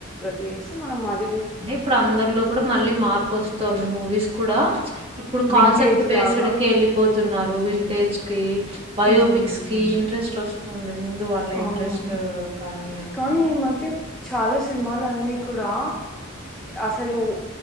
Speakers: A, in the centre; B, on the right.
A: చేసి మనం మరి
B: అంటే ఇప్పుడు అందరిలో కూడా మళ్ళీ మార్పు వస్తుంది మూవీస్ కూడా ఇప్పుడు కాన్సెప్ట్
A: వింటేజ్
B: బేస్డ్
A: లాగా
B: కి ఎళ్ళిపోతున్నారు వింటేజ్ కి బయోపిక్స్
A: ఉమ్
B: కి ఇంట్రెస్ట్ వస్తు స్తుంది. ముందు వాళ్ళ
A: అవునవును
B: ఇంట్రెస్ట్ కానీ అన్ని
A: కానీ ఈ మధ్య చాలా సినిమాలన్నీ కూడా అసలు